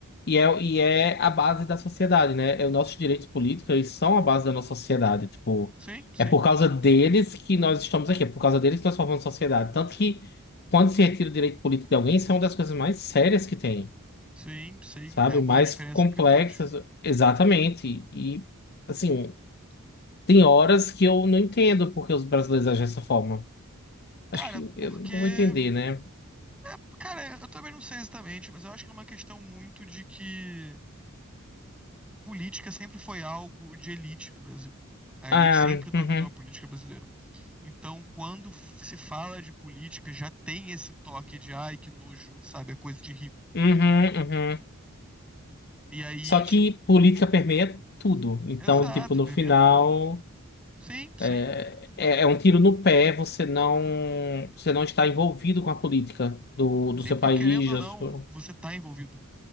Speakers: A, on the left; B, in the centre.
A: E é, e é a base da sociedade, né? É, os nossos direitos políticos, eles são a base da nossa sociedade. Tipo,
B: Sim, sim,
A: é por causa deles que nós estamos aqui, é por causa deles que nós formamos sociedade. Tanto que, quando se retira o direito político de alguém, isso é uma das coisas mais sérias que tem,
B: sim, sim.
A: sabe?
B: É uma
A: Mais
B: diferença
A: complexas,
B: gritante.
A: exatamente. E, assim, tem horas que eu não entendo porque os brasileiros agem dessa forma.
B: Cara,
A: Acho que eu
B: porque.
A: não vou entender, né?
B: é, cara, eu também não sei exatamente, mas eu acho que é uma questão muito de que política sempre foi algo de elite do Brasil. A elite
A: Ah,
B: sempre dominou
A: uhum,
B: a política brasileira. Então, quando se fala de política, já tem esse toque de ai, que nojo, sabe? É coisa de rico.
A: uhum,
B: entendeu?
A: uhum.
B: E aí,
A: Só
B: tipo,
A: que política permeia tudo. Então,
B: exato,
A: tipo, no
B: permeia
A: final,
B: tudo. Sim, sim.
A: é, é- é um tiro no pé você não, você não está envolvido com a política do, do
B: Sim,
A: seu
B: porque
A: país.
B: querendo ou
A: da
B: não,
A: sua-
B: você tá envolvido,